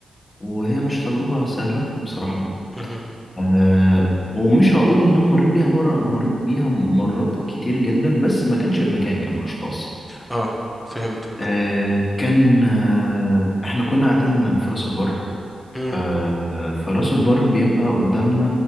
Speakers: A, on the left; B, in the centre.
A: وهي مش تجربة سهلة بصراحة
B: مهم.
A: آه ومش هقول إن أنا مريت بيها مرة أنا مريت بيها مرات كتير جدا بس ما كانش بمكان كان بأشخاص
B: اه فهمتك
A: آه كان آه إحنا كنا قاعدين في راس البر
B: مم.
A: آه آه، فراس البر بيبقى قدامنا